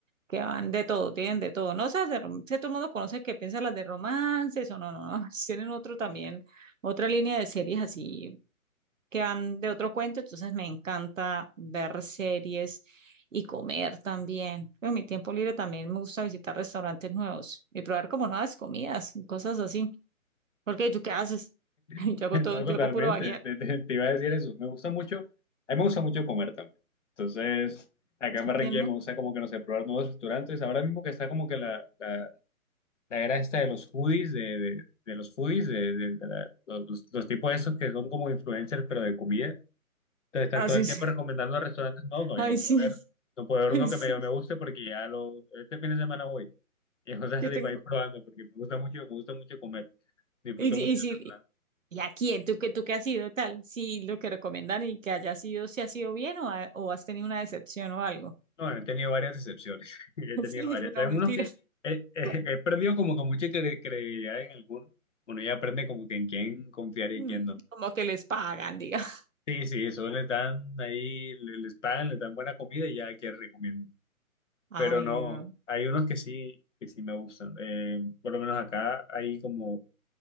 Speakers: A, on the right (about 60°); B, on the left (about 55°).
A: que van de todo, tienen de todo. No, esas de romance, todo el mundo conoce que piensa las de romances o no, no, no. <laughs> Tienen otro también, otra línea de series así que van de otro cuento, entonces me encanta ver series y comer también. En mi tiempo libre también me gusta visitar restaurantes nuevos y probar como nuevas comidas, y cosas así. Porque tú qué haces? <laughs>
B: <laughs>
A: Yo hago todo,
B: No,
A: yo
B: totalmente,
A: hago puro vaguear.
B: Te, te- te iba a decir eso. Me gusta mucho. A mí me gusta mucho comer también. Entonces, acá en Barranquilla
A: ¿Qué no
B: me gusta como que, no sé, probar nuevos restaurantes. Ahora mismo que está como que la, la, la era esta de los foodies, de, de, de los foodies, de, de- de la- los, los tipos esos que son como influencers, pero de comida. Entonces están
A: haces?
B: todo el tiempo recomendando restaurantes. No, no,
A: Ay,
B: yo no puedo
A: sí,
B: ver,
A: <laughs>
B: no puedo ver
A: ay,
B: uno que
A: sí,
B: me, me guste porque ya lo, este fin de semana voy. <laughs> Y cosas
A: yo
B: así
A: tengo.
B: para ir probando, porque me gusta mucho, me gusta mucho comer. Disfruto
A: Y, si-
B: mucho
A: y,
B: del
A: si-
B: restaurante.
A: ¿y a quién? ¿Tú qué, tú qué has sido tal? Si lo que recomiendan y que haya sido, si ha sido bien o, ha- o has tenido una decepción o algo.
B: No, he tenido varias decepciones. <laughs> He
A: <laughs>
B: tenido
A: Sí,
B: varias.
A: es una
B: Hay
A: mentira.
B: unos que he, he-
A: <laughs>
B: he perdido como que mucha cre- credibilidad en algunos. Uno ya aprende como que en quién confiar y
A: Mm,
B: quién no.
A: Como que les pagan, diga. <laughs>
B: Sí, sí, eso les dan ahí, le- les pagan, les dan buena comida y ya que recomienden.
A: Ay,
B: Pero no,
A: no.
B: hay unos que sí, que sí me gustan. Eh, por lo menos acá hay como